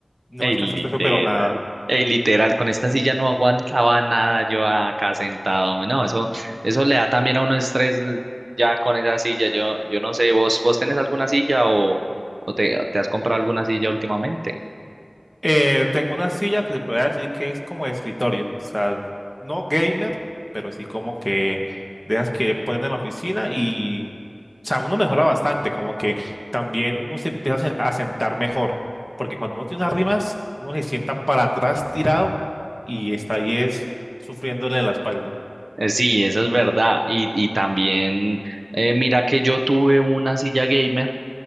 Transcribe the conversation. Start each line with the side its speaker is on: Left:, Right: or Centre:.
Centre: No
Right: Ey,
Centre: descansaste,
Right: literal.
Centre: fue pero nada.
Right: Ey, literal, con esta silla no aguantaba nada yo acá sentado, hombre. No, eso, eso le da también a uno estrés eh, ya con esa silla. Yo, yo no sé, ¿vos, vos tenés alguna silla o, o te, te has comprado alguna silla últimamente?
Centre: Eh, tengo una silla que se puede decir que es como de escritorio, o sea, no gamer, pero sí como que dejas que ponen en la oficina y, o sea, uno mejora bastante, como que también uno se empieza a se- a sentar mejor, porque cuando uno tiene unas rimas, uno se sienta para atrás tirado y está ahí es sufriéndole la espalda,
Right: Eh, Sí, eso es verdad. Y, y también, eh, mira que yo tuve una silla gamer